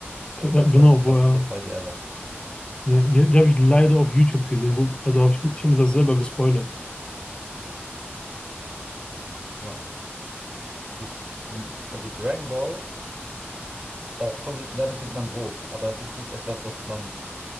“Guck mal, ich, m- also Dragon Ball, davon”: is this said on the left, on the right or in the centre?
Right